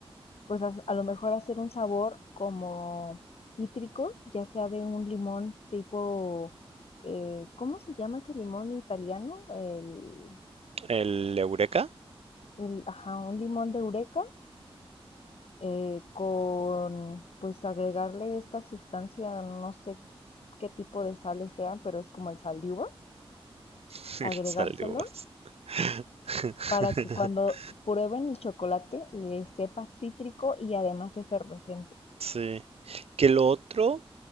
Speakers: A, on the left; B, on the right.
A: pues a, a lo mejor hacer un sabor como cítrico, ya sea de un limón tipo, eh, ¿cómo se llama ese limón italiano? El,
B: el Eureka,
A: el, ajá, un limón de Eureka, eh, con, pues agregarle esta sustancia, no sé qué tipo de sales sean, pero es como el sal de uvas,
B: <laughs> el
A: agregárselo
B: sal de uvas. <laughs>
A: para que cuando prueben el chocolate les sepa cítrico y además efervescente.
B: Sí. Que lo otro